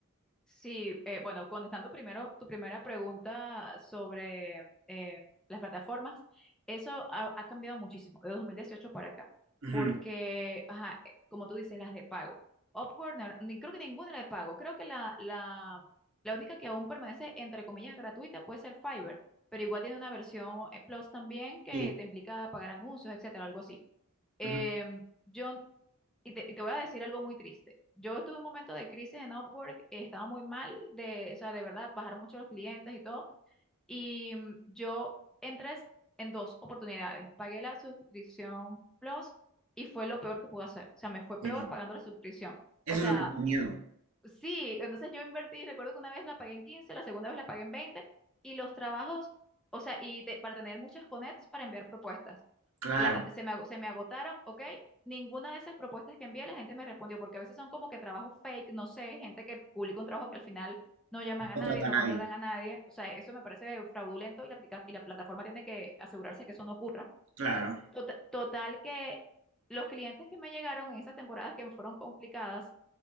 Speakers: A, in the centre; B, on the right.
A: Sí, eh, bueno, contestando primero tu primera pregunta sobre eh, las plataformas, eso ha, ha cambiado muchísimo de 2018 para acá,
B: Ujú,
A: porque, ajá, eh, como tú dices, las de pago. Upwork, no era- ni, creo que ninguna era de pago, creo que la, la, la única que aún permanece, entre comillas, gratuita puede ser Fiverr, pero igual tiene una versión eh, Plus también que
B: Sí.
A: te implica pagar anuncios, etcétera, algo así. Em,
B: ujú,
A: yo y te, y te voy a decir algo muy triste. Yo tuve un momento de crisis en Upwork, eh, estaba muy mal, de, o sea, de verdad, bajaron mucho los clientes y todo. Y mm, yo entré en dos oportunidades. Pagué la suscripción Plus y fue lo peor que pude hacer. O sea, me fue
B: sí.
A: peor pagando la suscripción.
B: Eso
A: O sea,
B: es lo que me da miedo.
A: Sí, entonces yo invertí, recuerdo que una vez la pagué en 15, la segunda vez la pagué en 20 y los trabajos, o sea, y te- para tener muchas connects para enviar propuestas.
B: Claro,
A: Las, se me, ago- se me agotaron, ¿ok? Ninguna de esas propuestas que envié la gente me respondió porque a veces son como que trabajos fake, no sé, gente que publica un trabajo que al final no llaman
B: no
A: a
B: contrata
A: nadie, no
B: a nadie.
A: contratan a nadie, o sea, eso me parece fraudulento y la, aplica- y la plataforma tiene que asegurarse que eso no ocurra.
B: Claro,
A: Tota- total que los clientes que me llegaron en esas temporadas que me fueron complicadas,